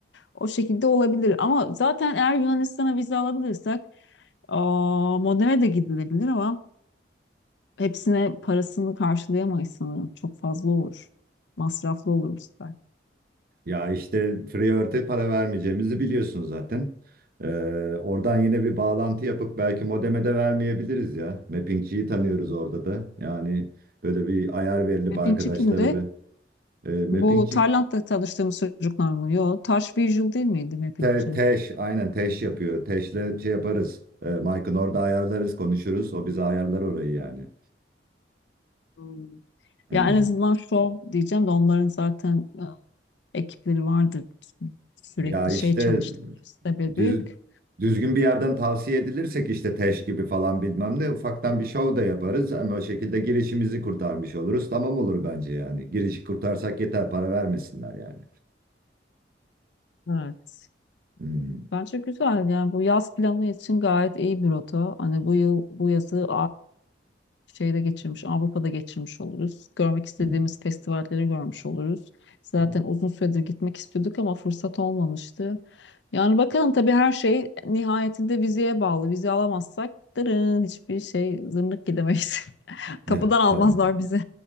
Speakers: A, on the left; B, on the right.
A: O şekilde olabilir ama zaten eğer Yunanistan'a vize alabilirsek aa, Modene de gidilebilir ama hepsine parasını karşılayamayız sanırım. Çok fazla olur. Masraflı olur bu sefer.
B: Ya işte Freeort'e para vermeyeceğimizi biliyorsunuz zaten. Ee, oradan yine bir bağlantı yapıp belki modeme de vermeyebiliriz ya. Mappingçiyi tanıyoruz orada da. Yani böyle bir ayar verilip
A: Mappingçi
B: arkadaşlara
A: kimdi?
B: bir e, Mappingçi
A: Bu Tayland'da tanıştığımız çocuklar mı? Yo, Taş Visual değil miydi Mappingçi?
B: te, teş aynen teş yapıyor. Teşle şey yaparız. E, Mike'ın orada ayarlarız konuşuruz. O bize ayarlar orayı yani.
A: Hmm.
B: Hı.
A: Ya en azından Show diyeceğim de onların zaten e, ekipleri vardır. Sürekli
B: Ya işte
A: şey çalıştıkları site
B: düz-
A: büyük.
B: düzgün bir yerden tavsiye edilirsek işte Teş gibi falan bilmem ne ufaktan bir şov da yaparız. Hem o şekilde girişimizi kurtarmış oluruz. Tamam olur bence yani. Girişi kurtarsak yeter para vermesinler yani.
A: Evet.
B: Hmm,
A: Bence güzel. Yani bu yaz planı için gayet iyi bir rota. Hani bu yıl bu yazı şeyde geçirmiş, Avrupa'da geçirmiş oluruz. Görmek istediğimiz
B: hmm,
A: festivalleri görmüş oluruz. Zaten
B: hmm.
A: uzun süredir gitmek istiyorduk ama fırsat olmamıştı. Yani bakalım tabii her şey nihayetinde vizeye bağlı. Vize alamazsak dırın hiçbir şey zırnık gidemeyiz. <laughs>
B: Ya,
A: Kapıdan almazlar
B: tabii.
A: bizi.